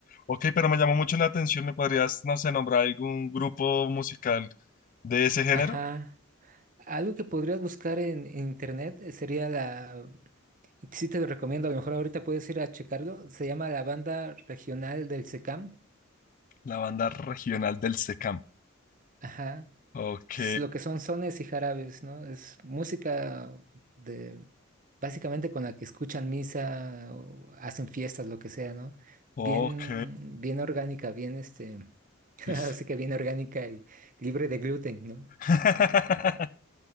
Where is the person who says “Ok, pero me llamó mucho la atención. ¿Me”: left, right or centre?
Left